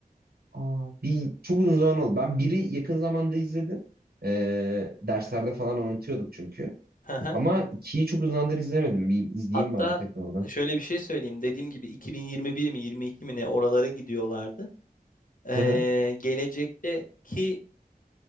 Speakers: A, on the right (about 85°); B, on the left (about 60°).
A: Aa, bir çok uzun zaman oldu. Ben biri yakın zamanda izledim. Ee, derslerde falan unutuyorduk çünkü.
B: <laughs>
A: Ama ikiyi çok uzun zamandır izlemedim. Bir izleyeyim
B: Hatta
A: bari tekrardan.
B: şöyle bir şey söyleyeyim. Dediğim gibi 2021 mi 22 mi ne oralara gidiyorlardı. Ee,
A: <laughs>
B: gelecekteki